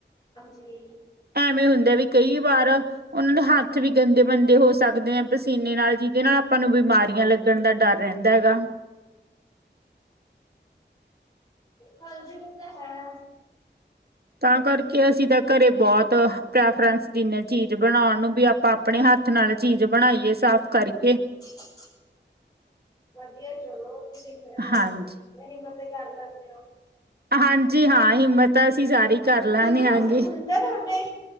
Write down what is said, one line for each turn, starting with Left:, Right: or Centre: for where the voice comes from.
Left: ਜੀ।
Right: ਐਵੇਂ ਹੁੰਦਾ ਵੀ ਕਈ ਵਾਰ ਓਨਾਂ ਦੇ ਹੱਥ ਵੀ ਗੰਦੇ ਮੰਦੇ ਹੋ ਸਕਦੇ ਨੇ ਪਸੀਨੇ ਨਾਲ ਜਿਦੇ ਨਾਲ ਆਪਾਂ ਨੂੰ ਬਿਮਾਰੀਆਂ ਲੱਗ ਲਗਣ ਦਾ ਡਰ ਰੇਂਦਾ ਹੈਗਾ।
Left: ਹਾਂਜੀ ਓ ਤਾਂ ਹੈ।
Right: ਤਾਂ ਕਰਕੇ ਅਸੀਂ ਤਾਂ ਘਰੇ ਬੋਤ ਪ੍ਰੈਫਰੈਂਸ ਦਿੰਦੇ ਚੀਜ਼ ਬਣਾਉਣ ਨੂੰ ਵੀ ਆ ਆਪਾ ਆਪਣੇ ਹੱਥ ਨਾਲ ਚੀਜ਼ ਬਣਾਈਏ ਸਾਫ਼ ਕਰਕੇ।
Left: <unintelligible> ਵਧੀਆ ਚਲੋ ਤੁਸੀਂ ਫਿਲਹਾਲ
Right: ਹਾਂਜੀ
Left: ਹਿੰਮਤ ਤਾ ਕਰ ਲੈਂਦੇ ਹੋ।
Right: ਹਾਂਜੀ ਹਾਂ ਹਿੰਮਤ ਤਾ ਅਸੀਂ ਸਾਰੀ ਕਰ ਲੈਣੇ
Left: ਦੁੱਧ
Right: ਹਾਂਜੀ।
Left: ਹੁੰਦਾ ਤੁਹਾਡੇ